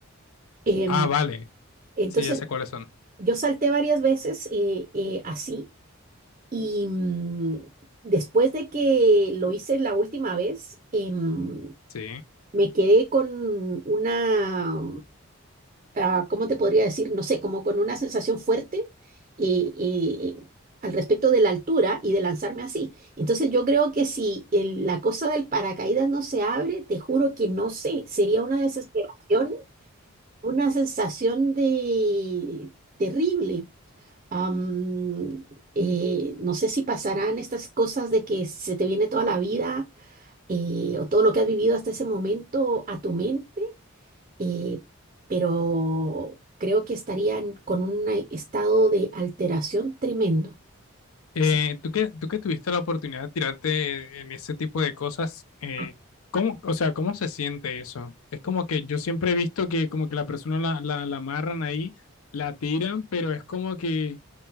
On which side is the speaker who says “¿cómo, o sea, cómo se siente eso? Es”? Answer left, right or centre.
Left